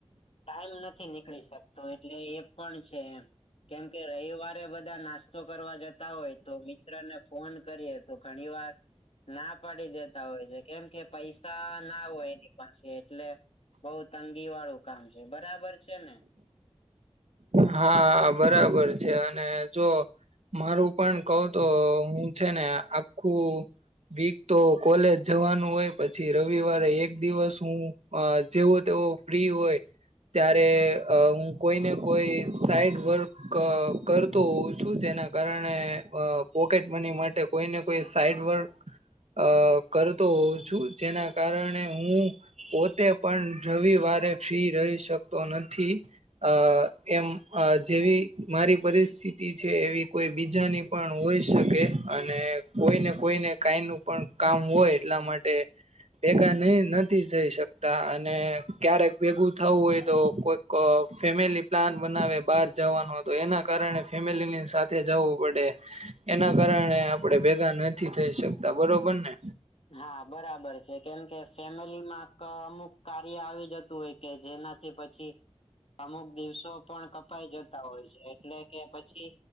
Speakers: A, on the left; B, on the right.
A: ટાઈમ નથી નીકળી શકતો એટલે એ પણ છે એમ કેમ કે રવિવારે બધા નાસ્તો કરવા જત જતા હોય તો મિત્રને ફોન કરીએ તો ઘણી વાર ના પાડી દેતા હોય છે કેમ કે પૈસા ના હોય એની પાસે એટલે બઉ તંગી વાળું કામ છે બરાબર છે ને
B: હા બરાબર છે અને જો મારું પણ કવ તો હું છે ને આખું વીક તો કોલેજ જવાનું હોય પછી રવિવારે એક દિવસ હું અ જેવો તેવો ફ્રી હોય ત્યારે અ હું કોઈને કોઈ સાઈડ વર્ક કરતો હોઉં છું જેના કારણે અ પોકેટ મની માટે કોઈ ને કોઈ સાઈડ વર્ક અ કરતો હોઉ છું જેના કારણે હું પોતે પણ રવિવારે ફ્રી રહી શકતો નથી અ કેમ અ જેવી મારી પરિસ્થિતિ છે એવી કોઈ બીજાની પણ હોઈ શકે અને કોઈને કોઈને કઈ નું પણ કામ હોય એટલા માટે ભેગા નહી નથી થઈ શકતા અને ક્યારેક ભેગું થવું હોય તો કોઈ ક અ ફેમિલી પ્લાન બનાવે બહાર જાવાનું હતું, એના કારણે ફેમિલીની સાથે જાવું પડે. એના કારણે આપડે ભેગા નથી થઈ શકતા. બરોબર ને?
A: હા બરાબર છે. કેમ કે ફેમિલી માં ક અમુક કાર્ય આવી જતું હોય કે જેનાથી પછી અમુક દિવસો પણ કપાઈ જતા હોય છે. એટલે કે પછી